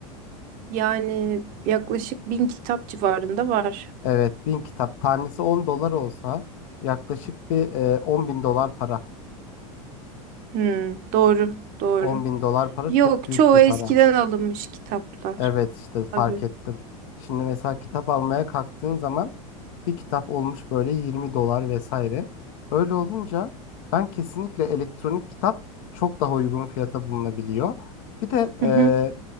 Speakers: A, on the right; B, on the left.
A: Yani yaklaşık bin kitap civarında var.
B: Evet, bin kitap. Tanesi 10 dolar olsa yaklaşık bir e, 10 bin dolar para.
A: Hmm, doğru, doğru.
B: On bin dolar para
A: Yok,
B: çok büyük
A: çoğu
B: bir para.
A: eskiden alınmış kitaplar.
B: Evet işte fark
A: Tabii.
B: ettim. Şimdi mesela kitap almaya kalktığın zaman bir kitap olmuş böyle 20 dolar vesaire. Öyle olunca ben kesinlikle elektronik kitap çok daha uygun fiyata bulunabiliyor. Bir de eee,
A: Hı hı,